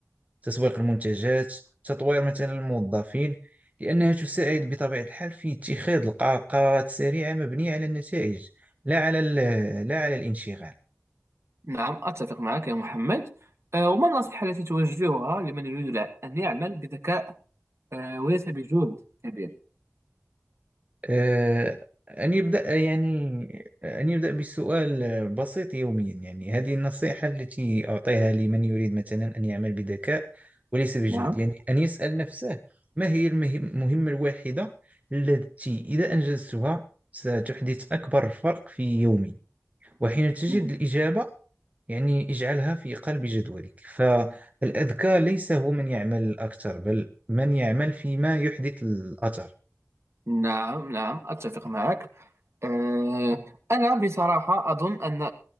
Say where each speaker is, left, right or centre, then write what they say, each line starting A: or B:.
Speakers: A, on the right; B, on the right.
A: تسويق المنتجات تطوير مثلا الموظفين لأنها تساعد بطبيعة الحال في اتخاذ القرارات السريعة مبنية على النتائج لا على ال- لا على الانشغال
B: نعم أتفق معك يا محمد آه، وما النصيحة التي توجهها لمن يريد الع- أن يعمل بذكاء آه، وليس بجهد كبير؟
A: آه، أن يبدأ يعني أن يبدأ بسؤال بسيط يوميا يعني هذه النصيحة التي أعطيها لمن يريد مثلا أن يعمل بذكاء وليس بجهد
B: نعم
A: يعني أن يسأل نفسه ما هي المهم- المهمة الواحدة التي إذا أنجزتها ستحدث أكبر فرق في يومي وحين تجد
B: مم.
A: الإجابة يعني اجعلها في قلب جدولك فالأذكى ليس هو من يعمل أكثر بل من يعمل فيما يحدث الأثر
B: نعم نعم أتفق معك آه، أنا بصراحة أظن أن